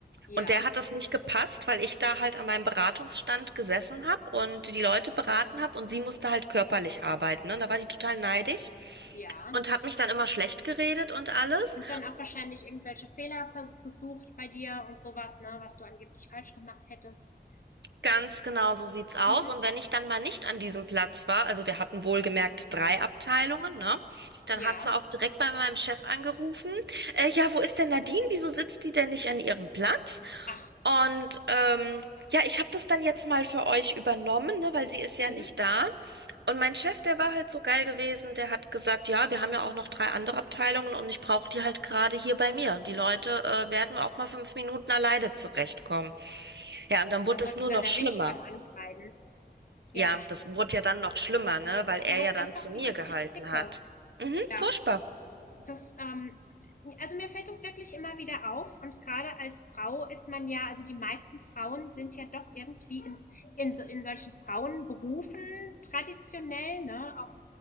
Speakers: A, on the left; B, on the right.
A: Ja,
B: Und der hat das nicht gepasst, weil ich da halt an meinem Beratungsstand gesessen habe und die Leute beraten habe und sie musste halt körperlich arbeiten. Ne? Und da war die total neidisch
A: ja.
B: und hat mich dann immer schlecht geredet und alles.
A: Und dann auch wahrscheinlich irgendwelche Fehler vers- gesucht bei dir und sowas, ne, was du angeblich falsch gemacht hättest.
B: Ganz genau so sieht's aus.
A: Mhm.
B: Und wenn ich dann mal nicht an diesem Platz war, also wir hatten wohlgemerkt drei Abteilungen, ne? Dann
A: Ja.
B: hat sie auch direkt bei meinem Chef angerufen. Äh, ja, wo ist denn Nadine? Wieso sitzt die denn nicht an ihrem Platz?
A: Ach.
B: Und ähm, ja, ich habe das dann jetzt mal für euch übernommen, ne, weil sie ist ja
A: Mhm.
B: nicht da. Und mein Chef, der war halt so geil gewesen, der hat gesagt, ja, wir haben ja auch noch drei andere Abteilungen und ich brauche die halt gerade hier bei mir. Die Leute äh, werden auch mal fünf Minuten alleine zurechtkommen. Ja, und dann wurde
A: Da wurde
B: es nur
A: sie dann
B: noch
A: erwischt
B: schlimmer.
A: beim Ankreiden. Ja,
B: Ja, das wurde ja dann noch schlimmer, ne? Weil
A: aber
B: er
A: halt
B: ja dann
A: einfach
B: zu
A: dieses
B: mir gehalten
A: Gezicke.
B: hat. Mhm,
A: Ja.
B: furchtbar.
A: Das, ähm also mir fällt das wirklich immer wieder auf und gerade als Frau ist man ja also die meisten Frauen sind ja doch irgendwie in in so in solchen Frauenberufen traditionell, ne? Auch,